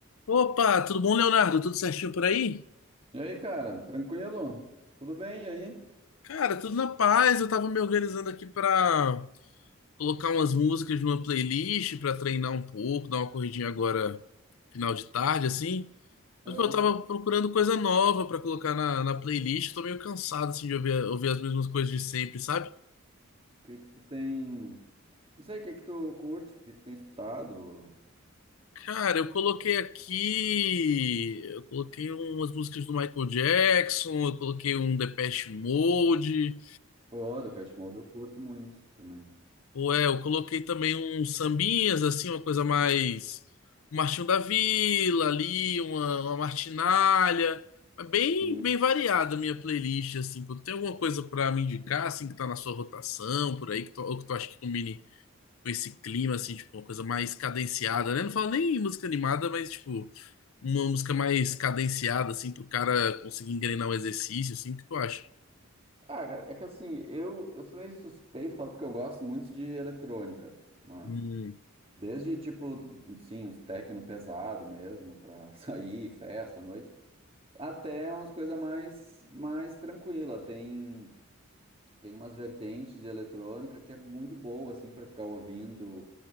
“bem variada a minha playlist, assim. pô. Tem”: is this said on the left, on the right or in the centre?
Left